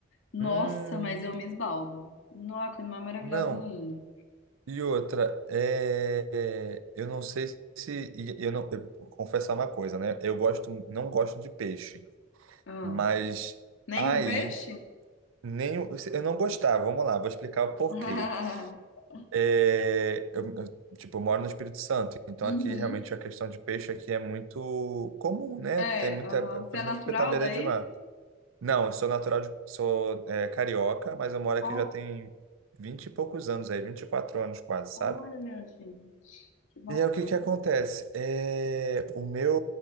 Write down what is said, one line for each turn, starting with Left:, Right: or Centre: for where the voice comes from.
Left: Nossa,
Right: Hum,
Left: mas eu me esbaldo. Nossa, a coisa mais maravilhosa
Right: não.
Left: do mundo.
Right: E outra, é, é, eu não sei se e eu não eu, vou confessar uma coisa, né? Eu gosto, não gosto de peixe,
Left: Ah,
Right: mas
Left: nenhum
Right: aí
Left: peixe?
Right: nem o- eu não gostava. Vamos lá, vou explicar o porquê.
Left: <laughs>
Right: É, eu, eu, tipo, eu moro no Espírito Santo, então
Left: Uhum.
Right: aqui realmente a questão de peixe aqui é muito comum, né?
Left: É,
Right: Tem muita,
Left: aham. Você
Right: principalmente
Left: é natural
Right: porque tá à beira
Left: daí?
Right: de mar. Não, eu sou natural de, sou é, carioca, mas eu moro aqui
Left: Ó,
Right: já tem vinte e poucos anos aí, 24 anos quase,
Left: olha,
Right: sabe?
Left: gente, que bacana.
Right: E aí, o que que acontece? É, o meu,